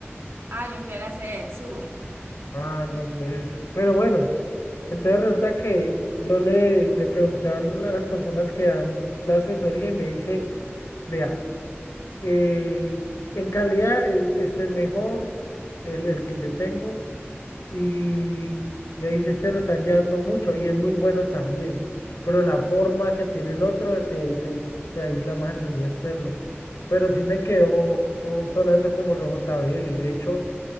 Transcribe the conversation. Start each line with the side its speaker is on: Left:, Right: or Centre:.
Right: Ah, yo fui a la sede del sur.
Left: Ah, no, entonces, pero bueno, entonces resulta que yo le, le preguntaron a las personas que dan la asesoría y me dice, vea, eh, en calidad es- este es mejor, el, el que yo tengo, y me dice, este lo están llevando mucho y es muy bueno también, pero la forma que tiene el otro te, te, te aísla más el sonido externo. Pero sí me quedó sonando como los JBL. De hecho,